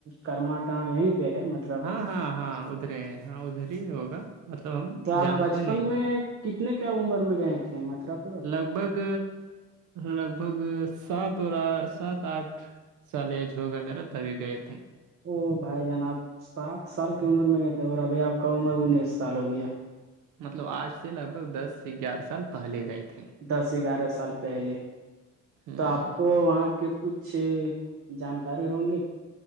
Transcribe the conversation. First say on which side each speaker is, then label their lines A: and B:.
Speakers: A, on the right; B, on the right.
A: کرما انڈ یہیں پہ ہے مطلب
B: ہاں ہاں ہاں ادھرے ہاں ادھر ہی ہوگا مطلب ہم
A: تو آپ
B: جانتے
A: بچپن
B: نہیں
A: میں کتنے کیا عمر میں گئے تھے مطرب
B: لگ بھگ لگ بھگ سات اور سات آٹھ سال ایج ہوگا میرا تبھی گئے تھے
A: او بھائی جان آب سات سال کی عمر میں گئے تھے اور ابھی آپ کا عمر انیس سال ہو گیا
B: مطلب آج سے لگ بھگ دس سے گیارہ سال پ پہلے گئے تھے
A: دس گیارہ سال پہلے
B: ہوں
A: تو آپ کو وہاں کے کچھ جانکاری ہوں گے